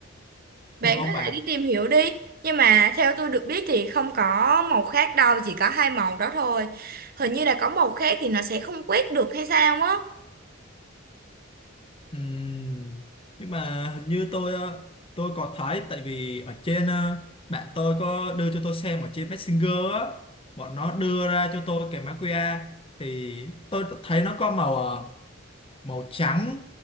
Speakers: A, on the right (about 45°); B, on the left (about 25°).
A: Bạn
B: Được không
A: có
B: bạn?
A: thể đi tìm hiểu đi. Nhưng mà theo tôi được biết thì không có màu khác đâu, chỉ có hai màu đó thôi. Hình như là có màu khác thì nó sẽ không quét được hay sao á.
B: Ừm, nhưng mà hình như tôi ờ, tôi có thấy tại vì ở trên ờ, bạn tôi có đưa cho tôi xem ở trên Messenger á bọn nó đưa ra cho tôi cái mã QR thì tôi thấy nó có màu ờ, màu trắng